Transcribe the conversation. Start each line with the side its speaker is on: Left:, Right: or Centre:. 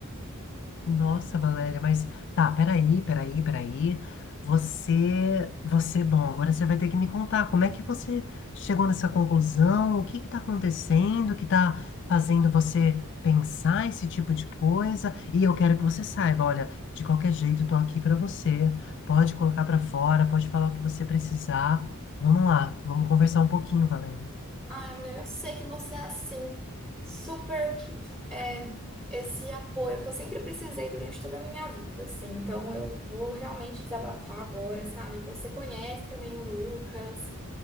Left: Nossa, Valéria, mas tá, peraí, peraí, peraí. Você, você, bom, agora você vai ter que me contar como é que você chegou nessa conclusão, o que que tá acontecendo, que tá fazendo você pensar esse tipo de coisa. E eu quero que você saiba, olha, de qualquer jeito eu tô aqui pra você. Pode colocar pra fora, pode falar o que você precisar. Vamos lá, vamos conversar um pouquinho, Valéria.
Centre: Ai, mulher, eu sei que você é assim, super é, esse apoio que eu sempre precisei durante toda a minha vida, assim. Então eu vou realmente desabafar agora, sabe? Você conhece também o Lucas,